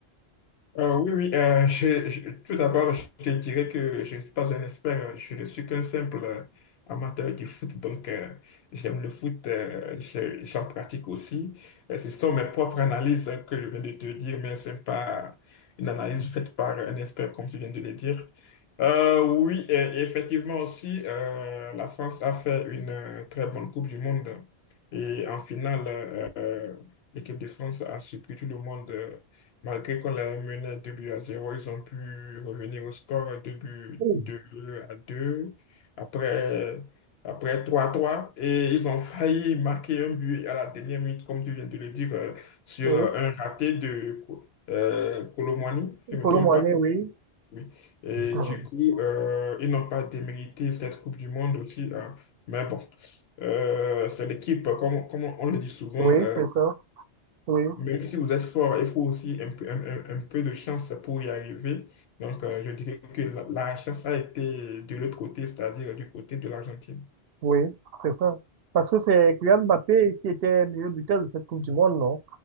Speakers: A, on the left (about 70°); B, on the right (about 65°).
A: Euh, oui, oui, euh, <laughs> je- je- tout d'abord, je te dirais que je ne suis pas un expert, euh, je ne suis qu'un simple euh, amateur du foot, donc euh, j'aime le foot, euh, je- j'en pratique aussi. Euh, ce sont mes propres analyses que je viens de te dire, mais ce n'est pas une analyse faite par un expert, comme tu viens de le dire. Euh, oui, et- et effectivement aussi, euh, la France a fait une euh, très bonne Coupe du Monde et en finale, euh, euh, l'équipe de France a surpris tout le monde. euh, Malgré qu'on l'avait mené à 2 buts à zéro ils ont pu revenir au score 2 buts
B: Oui,
A: 2 à deux après, après trois à trois Et ils ont failli marquer un but à la dernière minute, comme tu viens de le dire, euh, sur
B: oui.
A: un raté de euh, Colomwani, si je ne
B: Kolo
A: me trompe
B: Muani,
A: pas.
B: oui.
A: Oui. Et
B: Mm.
A: du coup, euh, ils n'ont pas démérité cette Coupe du Monde aussi. hein. Mais bon, euh, c'est l'équipe, comme, comme on le dit souvent.
B: Oui,
A: euh,
B: c'est ça. Oui,
A: même si vous êtes fort, il faut aussi un peu, un, un- un peu de chance pour y arriver. Donc, euh, je dirais que la, la chance a été de l'autre côté, c'est-à-dire du côté de l'Argentine.
B: oui, c'est ça. Parce que c'est Kylian Mbappé qui était meilleur buteur de cette Coupe du Monde, non?